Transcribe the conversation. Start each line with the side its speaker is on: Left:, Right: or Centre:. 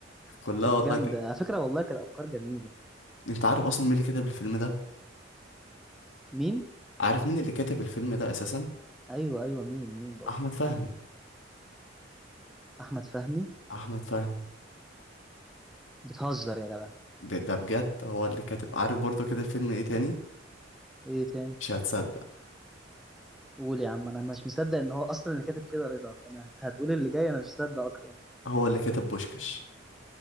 Left: كلها
Centre: كانت
Left: والله
Centre: جامده
Left: كده
Centre: على فكره والله كانت افكار جميله
Left: انت عارف اصلا مين اللي كتب الفيلم ده
Centre: مين
Left: عارف مين اللي كتب الفيلم ده اساسا
Centre: ايوه ايوه مين مين بقول
Left: احمد فهمي
Centre: احمد فهمي
Left: احمد فهمي
Centre: بتهزر يا جدع
Left: ده, ده بجد هو اللي كاتب عارف برضو كده فيلم ايه تاني
Centre: ايه تاني
Left: مش هتصدق
Centre: قول يا عم انا مش مصدق ان هو اصلا اللي كاتب كده رضا فانا انت هتقول اللي جاي انا مش مصدق اكتر
Left: هو اللي كاتب بوشكش